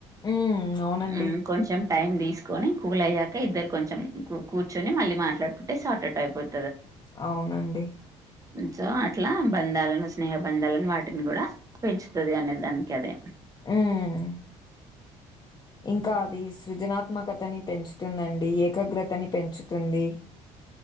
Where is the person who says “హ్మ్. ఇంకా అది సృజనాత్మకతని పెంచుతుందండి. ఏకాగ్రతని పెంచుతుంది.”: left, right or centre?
Left